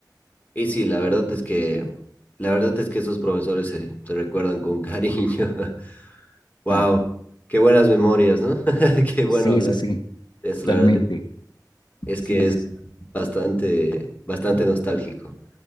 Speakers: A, on the left; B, on the left.
A: y sí, la verdad es que, la verdad es que esos profesores se, se recuerdan con cariño. <laughs> Wow,
B: Claro.
A: qué buenas memorias, ¿no? <laughs> Qué bueno
B: Sí,
A: hablar
B: sí, sí,
A: de esto,
B: totalmente.
A: la verdad es
B: Sí,
A: que es
B: sí, sí.
A: bastante, bastante nostálgico.